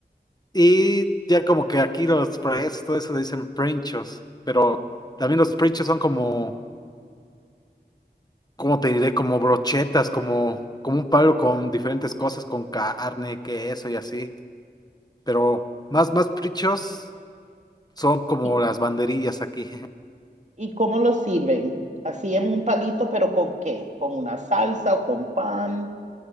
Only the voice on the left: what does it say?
y ya como que aquí los fries, todo eso le dicen princhos, pero también los princhos son como, ¿cómo te diré? Como brochetas, como, como un palo con diferentes cosas, con carne, queso y así. Pero más, más princhos. son como
las banderillas aquí. <laughs>